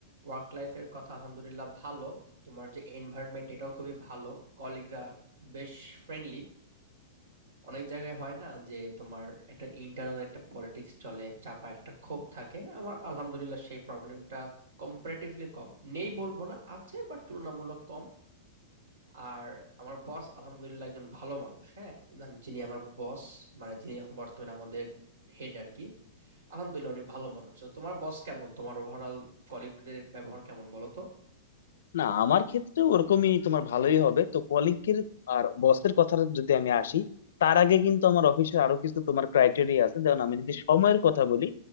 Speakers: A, on the right; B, on the left.
A: ওয়ার্ক লাইফের কথা আলহামদুলিল্লাহ ভালো। তোমার যে এনভায়রনমেন্ট এটাও খুবই ভালো। কলিগরা বেশ ফ্রেন্ডলি। অনেক জায়গায় হয় না যে তোমার একটা ইন্টারনাল একটা পলিটিক্স চলে চাপা একটা ক্ষোভ থাকে আমার আলহামদুলিল্লাহ সেই প্রবলেমটা কম্পারেটিভলি কম নেই বলবো না আছে বাট তুলনামূলক কম আর আমার বস আলহামদুলিল্লাহ একজন ভালো মানুষ হ্যাঁ উনি- যিনি আমার বস মানে যিনি এখন বর্তমানে আমাদের হেড আর কি আলহামদুলিল্লাহ উনি ভালো মানুষ তো তোমার বস কেমন তোমার ওভারঅল কলিগদের ব্যবহার কেমন বলো তো
B: না আমার ক্ষেত্রে ওরকমই তোমার ভালোই হবে তো কলিগের আর বসের কথা যদি আমি আসি তার আগে কিন্তু আমার অফিসে আরো কিছু তোমার ক্রাইটেরিয়া আছে যেমন আমি যদি সময়ের কথা বলি